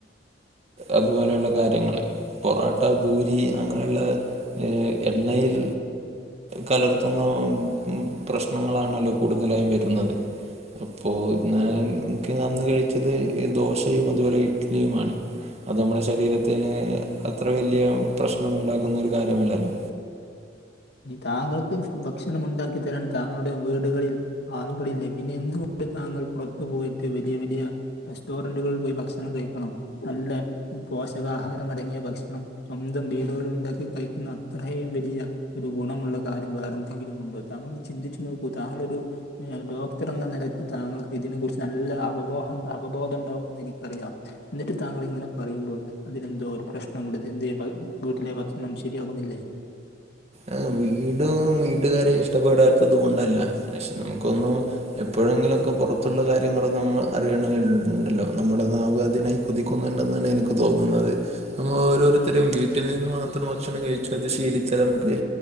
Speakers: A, on the right (about 35°); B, on the left (about 65°).
A: അതുപോലെയുള്ള കാര്യങ്ങള് പൊറോട്ട പൂരി അങ്ങനെയുള്ള എണ്ണയിൽ കലർത്തുന്ന പ്രശ്നങ്ങളാണല്ലോ കൂടുതലായും വരുന്നത് അപ്പോ എന്നാലും ക്ക് അന്ന് കഴിച്ചത് ദോശയും അതുപോലെ ഇഡ്ഡലിയുമാണ് അത് നമ്മുടെ ശരീരത്തിന് അത്ര വലിയ പ്രശ്നമുണ്ടാക്കുന്ന ഒരു കാര്യമല്ലല്ലോ
B: താങ്കൾക്ക് ഭക്ഷണം ഉണ്ടാക്കി തരാൻ താങ്കളുടെ വീടുകളിൽ ആളുകളില്ലേ പിന്നെ എന്തുകൊണ്ട് താങ്കൾ പുറത്തു പോയിട്ട് വലിയ വലിയ റെസ്റ്റോറന്റുകളിൽ പോയി ഭക്ഷണം കഴിക്കണം നല്ല പോഷകാഹാരം അടങ്ങിയ ഭക്ഷണം സ്വന്തം വീടുകളിൽ ഉണ്ടാക്കി കഴിക്കുന്ന അത്രയും വലിയ ഒരു ഗുണമുള്ള കാര്യം വേറെന്തെങ്കിലുമുണ്ടോ? താങ്കളൊന്ന്ചിന്തിച്ചു നോക്കൂ. താങ്കളൊരു നീ ഒരു ഡോക്ടർ എന്ന നിലയ്ക്ക് താങ്കൾക്ക് ഇതിനെ കുറിച്ച് നല്ല അവബോഹം അവബോധം ഉണ്ടാവുമെന്ന് എനിക്കറിയാം ന്നിട്ട് താങ്കൾ ഇങ്ങനെ പറയുമ്പോൾ അതിനെന്തോ ഒരു പ്രശ്നം ഉണ്ട്. തെന്തേയ്‌ വീട്ടിലെ ഭക്ഷണം ശരിയാകുന്നില്ലേ
A: ആഹ് വീടും വീട്ടുകാരെ ഇഷ്ടപ്പെടാത്തത് കൊണ്ടല്ല. പക്ഷെ നമുക്കൊന്നും എപ്പോഴെങ്കിലൊക്കെ പുറത്തുള്ള കാര്യങ്ങള് നമ്മള് അറിയണന്നുണ്ടല്ലോ നമ്മുടെ നാവ്‌ അതിനായി കൊതിക്കുന്നുണ്ടെന്നാണ് എനിക്ക് തോന്നുന്നത് പ്പമ്മ ഓരോരുത്തരും വീട്ടിൽ നിന്ന് മാത്രം ഭക്ഷണം കഴിച്ചു അത് ശീലിച്ചാൽ നമു ക്ക്